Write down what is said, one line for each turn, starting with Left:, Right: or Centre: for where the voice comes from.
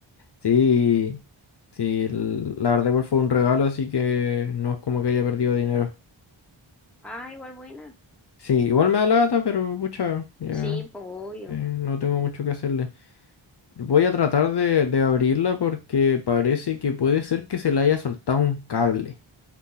Left: Sí, sí, el- la verdad igual fue un regalo, así que no es como que haya perdido dinero.
Centre: Ah, igual buena.
Left: Sí, igual me da lata, pero pucha, ya
Centre: Sí, pues obvio.
Left: eh, no tengo mucho que hacerle. Voy a tratar de, de abrirla porque parece que puede ser que se le haya soltado un cable